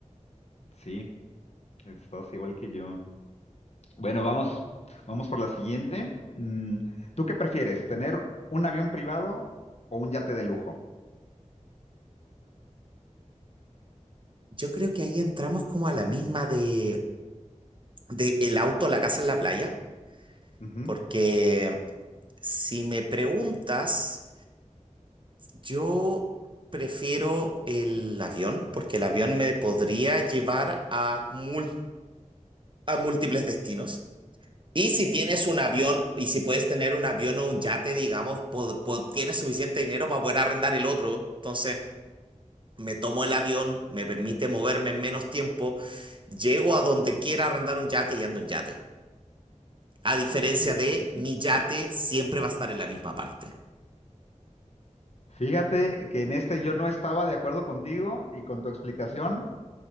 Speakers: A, on the left; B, on the right.
A: sí, estás igual que yo. Bueno, vamos, vamos por la siguiente. Mm, ¿Tú qué prefieres, tener un avión privado o un yate de lujo?
B: Yo creo que ahí entramos como a la misma de, de el auto, la casa en la playa,
A: Ujú,
B: porque si me preguntas... Yo prefiero el avión porque el avión me podría llevar a, mul- a múltiples destinos. Y si tienes un avión y si puedes tener un avión o un yate, digamos, po- po- tienes suficiente dinero para poder arrendar el otro. Entonces, me tomo el avión, me permite moverme en menos tiempo, llego a donde quiera arrendar un yate y ando en yate. A diferencia
A: Ok.
B: de
A: ujú.
B: mi yate siempre va a estar en la misma parte.
A: Fíjate que en este yo no estaba de acuerdo contigo y con tu explicación